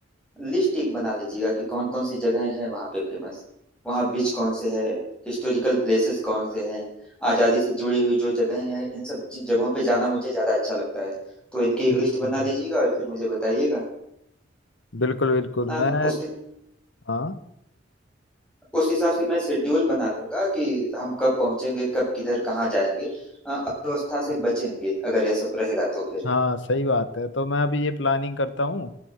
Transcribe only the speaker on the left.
हम्म
बिल्कुल बिल्कुल
मैं
हाँ
हाँ सही बात है तो मैं अभी ये प्लानिंग करता हूँ